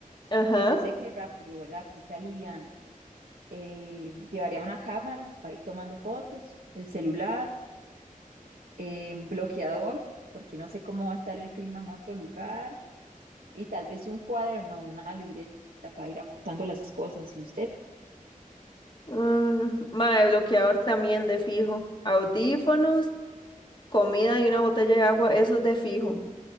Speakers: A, on the left; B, on the right.
A: Ajá.
B: que se seque rápido, ¿verdad? Que sea liviano. Eh, llevaría una cámara para ir tomando fotos, el celular, eh, bloqueador, porque no sé cómo va a estar el clima en otro lugar, y tal vez un cuaderno, una libreta para ir apuntando las cosas. ¿Y usted?
A: Mm, mae, bloqueador también de fijo. Audífonos, comida y una botella de agua, eso es de fijo.